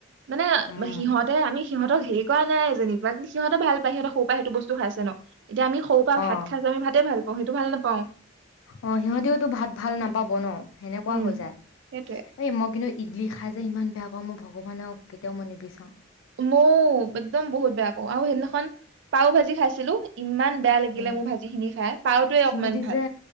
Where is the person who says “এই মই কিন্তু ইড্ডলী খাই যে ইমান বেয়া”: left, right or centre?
Left